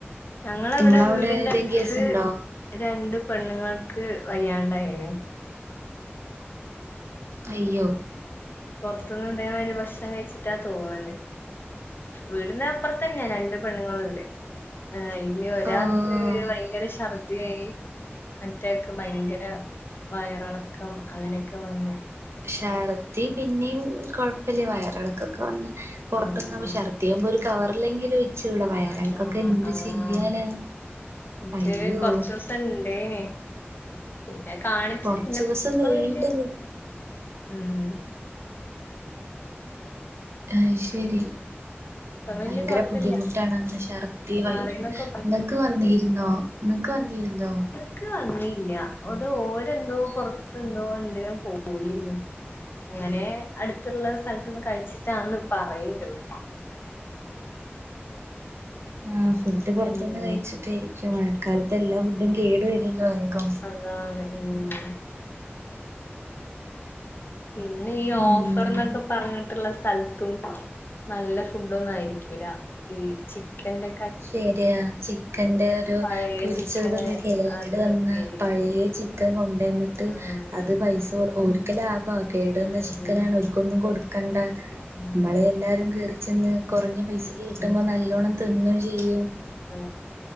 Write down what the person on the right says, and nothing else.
ഇങ്ങളവടെ
ഏതേം
കേസ്ണ്ടോ
അയ്യോ
ഓ
ശർദി പിന്നിം കൊഴപ്പല്ല വയറളക്കൊക്കെ വന്നാ പോറത്തേറങ്ങ
<unintelligible> ശർദി ദിയാവുമ്പോ ഒരു കവറില്ലെങ്കിലു ച്ചുടെ വയരൾക്കൊക്കെ
എന്ത്
ചെയ്യാനാ
അയ്യോ
കൊറച്ച്
ദിവസം
നീണ്ട്
നി
അയ്ശെരി
ഭയങ്കര
ബുദ്ധിമുട്ടാണ് അങ്ങനെ ശർ ദിവായിര്ന്നു
നിങ്ങക്ക് വന്നിര്ന്നോ നിങ്ങക്ക് വന്നിര്ന്നോ
ആഹ ഫുഡ് പോറത്ത്ന്ന്
കഴിച്ചിട്ടായിരിക്കും മഴക്കാലത്ത് എല്ലാ ഫുഡും കേടു വരുല്ലോ വേഗം
ഉം
ശരിയാ ചിക്കന്റെ ഒരു
പൊരിച്ചതൊക്കെ
കേട്
വന്ന പഴേ ചി ക്കൻ കൊണ്ട് വന്നിട്ട്
അത് പൈസ ഓര്ക്ക് ലാഭാ കേട് വന്ന
ചിക്കനാ ഓൽക്കൊന്നും കൊടു കണ്ട
മ്മളെ എല്ലാരും കേറിച്ചെന്ന് കോറഞ്ഞ പൈസക്ക്
കിട്ടുമ്പോ നല്ലോണം തിന്നു ചെയ്യും